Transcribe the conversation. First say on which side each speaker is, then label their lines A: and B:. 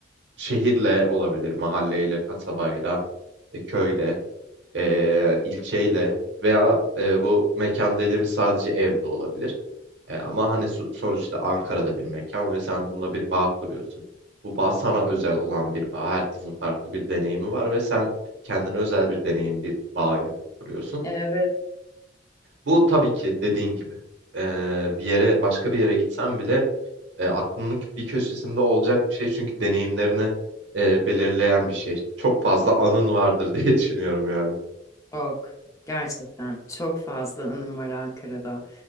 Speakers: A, on the right; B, on the left.
A: şehirle olabilir, mahalleyle, kasabayla, e, köyle, e, ilçeyle veya e, bu mekan dediğimiz sadece evde olabilir. E, ama hani so- sonuçta Ankara'da bir mekan ve sen bununla bir bağ kuruyorsun. Bu bağ sana özel olan bir bağ. Herkesin farklı bir deneyimi var ve sen kendine özel bir deneyim, bir bağ kuruyorsun.
B: Evet.
A: Bu tabii ki dediğin gibi e, bir yere başka bir yere gitsen bile e, aklının bir köşesinde olacak bir şey çünkü deneyimlerini e, belirleyen bir şey. Çok fazla anın vardır <laughs> diye düşünüyorum yani.
B: Çok. Gerçekten çok fazla anım var Ankara'da.